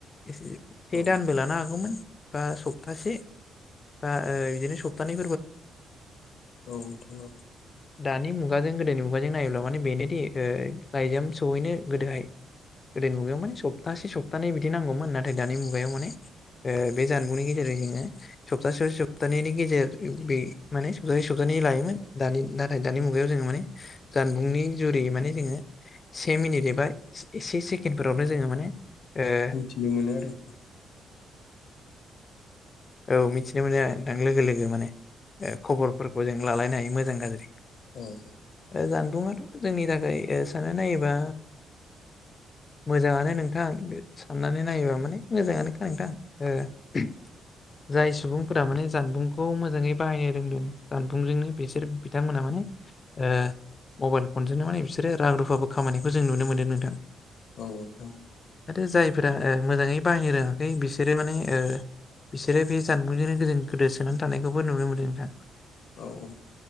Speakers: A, on the left; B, on the left.
A: ए से सेदानबो
B: औ
A: लानो हागौमोन बा सप्तासे बा ओ बिदिनो सप्तानै
B: औथ <unintelligible>
A: दानि मुगाजों गोदोनि मुगाजों नायोब्ला माने बेनोदि लाइजाम सहैनो गोदोहाय। गोदो मुगायाव माने सप्तासे सप्तानैै बिदि नांगौमोन नाथाय दानि मुगायाव माने बे जानबुंनि गेजेराव स्तासे सप्तानैनि गेजेर बे माने सप्तसे सप्तानै लायोमोन दानि नाथाय दानि मुगायाव जोङो माने जानबुंनि जुरै माने जोङो से मिनिट एबा सेसे सेकेन्डफोरावनो जोङो माने ओ
B: मिथिनो मोनो आरोखि
A: औ मिथिनो मोनो नोंथां लोगो लोगो माने खबरफोरखौ जों लालायनो हायो मोजां गाज्रि
B: औ
A: जानबुंङाथ' जोंनि थाखाय साना नायोबा मोजाङानो नोंथां साननानै नायोबा माने मोजाङानोखा नोंथां ओ जाय सुबुंफोरा माने जानबुंखौ मोजाङै बाहायनो रोंदों जानबुंजोंनो बिसोर बिथांमोना माने मबाइल फनजोंनो माने बिसोरो रां रुफाबो खामायनायखौ जों नुनो मोनदों नोंथां
B: औ दं
A: आरो जायफोरा ओ मोजाङै बाहायनो रोङाखै बिसोरो माने ओ बिसोरो बे जानबुंजोंनो गो गोदोसोनानै थानायखौबो नुनो मोनदों नोंथां
B: औ